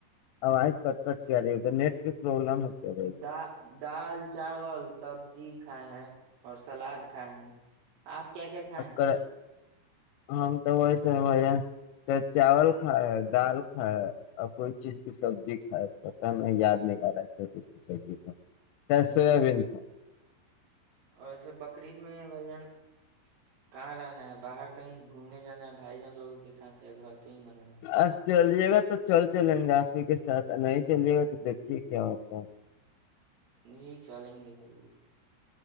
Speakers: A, on the left; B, on the right.
A: آوج کٹ کٹ کے آرہی ادر نیٹ کی پربلم ہے
B: <inaudible>
A: کیا
B: دال چاول سبزی کھائے ہیں اور سلاد کھائے ہیں آپ کیا کیا
A: بھائی
B: کھائے ہیں
A: ہم تو ویسے بھائی جان چاول کھایا دال کھایا اور کوئی چیز کی سبزی کھائے پتہ نہی یاد نہیں آ رہا کس کی سبزی کا شاید
B: اچھا
A: سویابین تھا
B: اور ایسے بقرریید میں بھائی جان کہاں رہنا ہے باہر کہیں گھومنے جانا ہے بھائی جان لووں کے س گھر <unintelligible> پ من ہے <unintelligible>
A: آج چلیے گا تو چل چلیں گے آپ ہی کے ساتھ نہیں چلیے گا تو دیکھیے کیا ہوتا ہے
B: جی چلیں گے ضرور